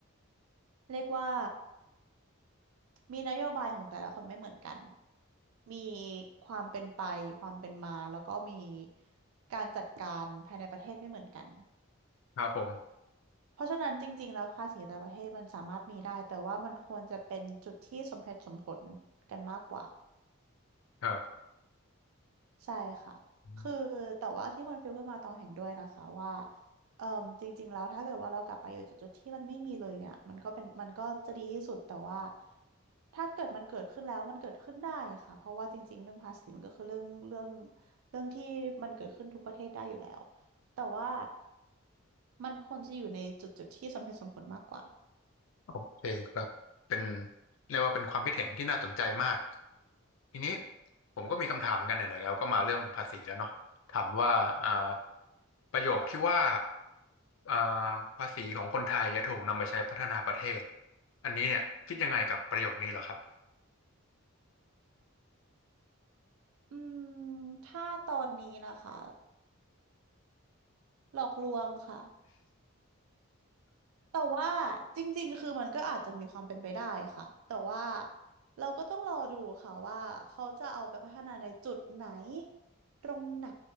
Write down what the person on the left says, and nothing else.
ครับผม
ครั
บ
โอเคครับเป็นเรียกว่าเป็นความคิดเห็นที่น่าสนใจมาก ทีนี้ผมก็มีคำถามเหมือนกันไหนๆแล้วก็มาเรื่องภาษีแล้วเนาะถามว่าอ่าประโยคที่ว่าอ่าภาษีของคนไทยจะถูกนำไปใช้พัฒนาประเทศ อันนี้เนี่ยคิดยังไงกับประโยคนี้เหรอครับ